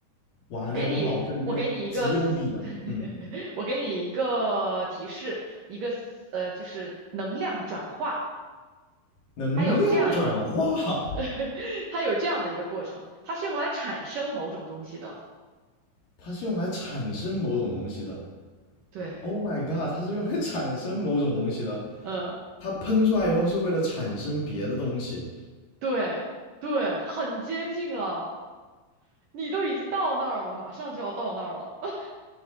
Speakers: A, on the left (about 55°); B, on the right (about 60°).
A: 完了，
B: 我给你，
A: 我脑子里面只有笔啊。
B: 我给你一个思 <laughs>
A: 嗯，
B: 我给你一个提示，一个思呃，就是能量转化，
A: 能量转化，
B: 它有这样，<laughs> 它有这样的一个过程，它是用来产生某种东西的，
A: 它是用来产生某种东西的。
B: 对。
A: Oh my god，它是用来产生某种东西的。
B: 呃，
A: 它喷出来以后是为了产生别的东西，
B: 对对，很接近了，你都已经到那儿了，马上就要到那儿了。<laughs>